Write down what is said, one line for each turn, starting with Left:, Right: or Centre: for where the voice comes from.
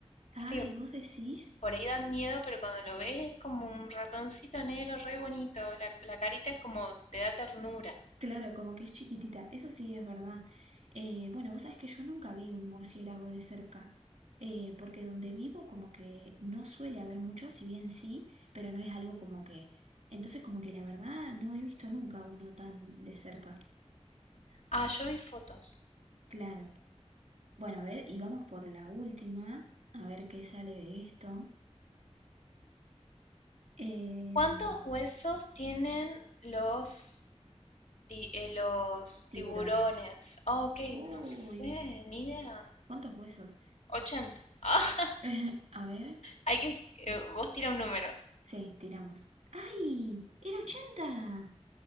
Right: Ay,
Left: ¿Viste que
Right: ¿vos decís?
Left: Por ahí dan miedo, pero cuando lo ves es como un ratoncito negro re bonito. La, la carita es como te da ternura.
Right: Claro, como que es chiquitita, eso sí es verdad. Eh, bueno, vos sabés que yo nunca vi un murciélago de cerca, eh, porque donde vivo como que no suele haber muchos, si bien sí, pero no es algo como que... Entonces como que la verdad no he visto nunca uno tan de cerca.
Left: Ah, yo vi fotos.
Right: Claro. Bueno, a ver, y vamos por la última, a ver qué sale de esto. Em,
Left: ¿Cuántos huesos tienen los, ti- eh, los
Right: tiburones.
Left: tiburones? Ah, ok,
Right: Uy,
Left: no sé, ni idea.
Right: ¿cuántos huesos?
Left: 80. Ah, <laughs>
Right: <laughs> A ver,
Left: hay que, eh, vos tira un número.
Right: sí, tiramos. ¡Ay! ¡Era 80